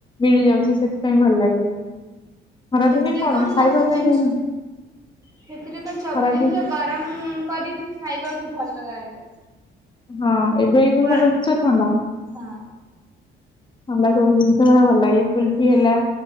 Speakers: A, on the left; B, on the right.
A: ମିଳି ଯାଉଚି। ସେଥିପାଇଁ ଭଲ ଲାଗେ। ଖରାଦିନେ
B: ସେଥିରେ କଣ
A: ଖାଇବା
B: ସବୁ
A: ପାଇଁ
B: ଜିନିଷ ସେଥିରେ କଣ ସବୁ
A: ଖରାଦିନ
B: ଜିନିଷ ଗରମ କରିକି ଖାଇବାକୁ ଭଲ ଲାଗେ।
A: ହଁ ଏବେ ଏଇ
B: ଗ
A: ସବୁ ଜିନିଷ ଥଣ୍ଡା।
B: ହଁ
A: ଥଣ୍ଡା ସବୁ ଜିନିଷ ଯାହା ହଉ ଭଲ ଲାଗେ। କୁ କୁଲିଫି ହେଲା
B: ହଁ।